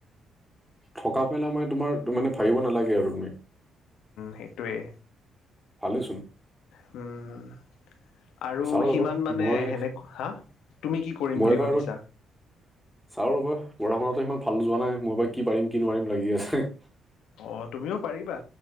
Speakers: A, in the centre; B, on the left.
A: থকা পেলাই মানে তোমাৰ মানে ভাবিব নালাগে আৰু তুমি
B: সেইটোৱেই
A: ভালেচোন
B: হম আৰু
A: চাওঁ ৰ'বা
B: সিমান মানে
A: মই
B: সেনেক হা তুমি কি কৰিম
A: মই
B: বুলি
A: বাৰু
B: ভাবিছা
A: চাওঁ ৰব পঢ়া শুনাতো ইমান ভাল যোৱা নাই মই বা কি পাৰিম কি নোৱাৰিম লাগি আছে।
B: অ তুমিও পাৰিবা